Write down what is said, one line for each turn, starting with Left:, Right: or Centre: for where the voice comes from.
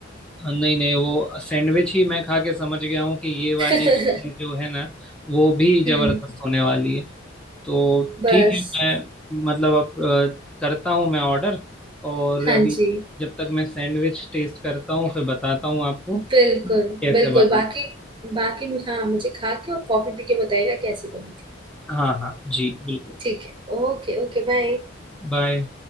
Centre: हाँ, नहीं नहीं वो सैंडविच ही मैं खा के समझ गया हूँ कि ये वाली
Right: <laughs>
Centre: चीज जो है ना वो भी जबरदस्त
Right: हम्म
Centre: होने वाली है तो
Right: बस
Centre: ठीक है मैं मतलब अब अ, करता हूँ मैं ऑर्डर और
Right: हाँ
Centre: अभी
Right: जी
Centre: जब तक मैं सैंडविच टेस्ट करता हूँ फिर बताता हूँ आपको
Right: बिल्कुल
Centre: कैसे
Right: बिल्कुल
Centre: बना
Right: बाकी बाकी मुझे हाँ मुझे खा के और कॉफी पी के बताइएगा कैसी बनी थी
Centre: हाँ हाँ जी बिल्कुल
Right: ठीक है Okay okay bye
Centre: बाय